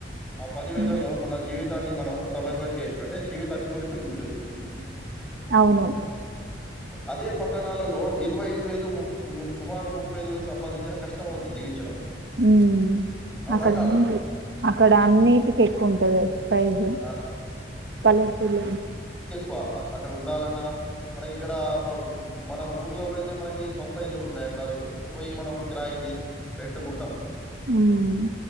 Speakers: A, in the centre; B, on the right.
A: ఆ పది వేలలో
B: ఉమ్
A: మన జీవితాన్ని మనం సవర్వ చేయొచ్చు అంటే జీవితాన్ని కొనసాగించోచ్చు.
B: అవును
A: అదే పట్టణాలలో ఇరవై ఐదు వేలు ముప్ న్ సుమారు ముప్పై ఐదు వేలు సంపాదించినా కష్టంమవుద్ది జీవించడం
B: మ్మ్
A: అవునా
B: అక్కడ
A: కాదా
B: ఉంది అక్కడ అన్నిటికి ఎక్కువ ఉంటది ప్రైజు
A: ఆ
B: పల పిల్లలు
A: వా అక్కడ ఉండాలన్నా మనకి ఇక్కడ ప మన ఊర్లలో అయితే మనకి సొంత ఇల్లులు ఉంటాయి ఇక్కడ పోయి మనం కిరాయికి రెంటుకుంటాం
B: మ్మ్